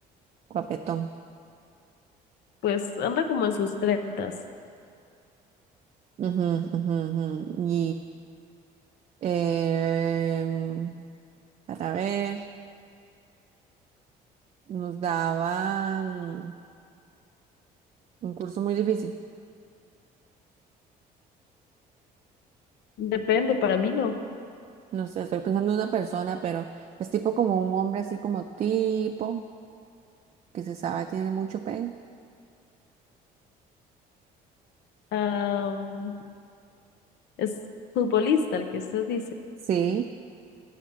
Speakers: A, on the right (about 40°); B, on the left (about 75°).
A: guapetón.
B: Pues anda como en sus treintas.
A: Ujú, ujú, ujú. Y em, para ver, nos daba mm, un curso muy difícil.
B: Depende, para mí no.
A: No sé, estoy pensando en una persona, pero es tipo como un hombre así como tipo, que se sabe tiene mucho pelo.
B: Am, es futbolista el que usted dice.
A: Sí,